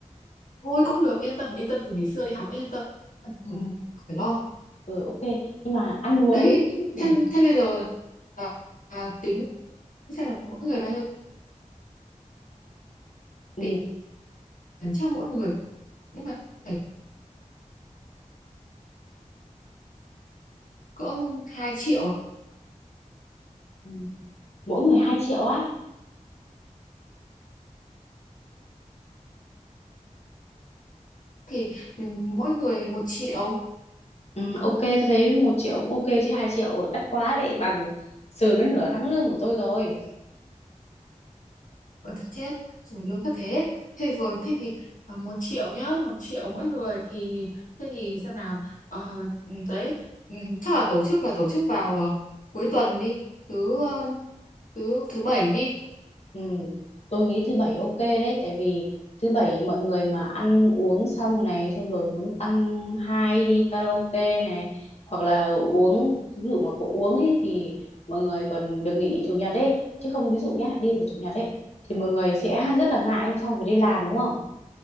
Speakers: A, on the left; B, on the left.
A: thôi cũng được yên tâm yên tâm từ ngày xưa đi học đã yên tâm rồi,
B: ừ,
A: không phải lo
B: ừ ok nhưng mà ăn uống
A: đấy
B: ừ,
A: thế thế bây giờ là là tính xem là mỗi người bao nhiêu
B: ừ.
A: tiền chắc mỗi người nhưng mà phải cỡ hai triệu
B: ừ. mỗi người 2 triệu á
A: thì ừm, mỗi người một triệu
B: Ừ, ok tôi thấy một triệu cũng ok chứ hai triệu đắt quá đấy bằng sờ đến nửa tháng lương của tôi rồi
A: ở thôi chết rồi lương thấp thế thế rồi thế thì ờ, một triệu nhá một triệu mỗi người thì thế thì xem nào Ờ, đấy ừm, chắc là tổ chức là tổ chức vào ờ, cuối tuần đi thứ ờ, thứ thứ bảy đi
B: ừ, tôi nghĩ thứ bảy ok đấy tại vì thứ bảy mọi người mà ăn uống xong này xong rồi muốn tăng hai đi karaoke này hoặc là uống ví dụ mà có uống ấy thì mọi người còn được nghỉ chủ nhật ấy chứ không ví dụ nhá đi vào chủ nhật ấy thì mọi người sẽ <laughs> rất là ngại hôm sau phải đi làm đúng không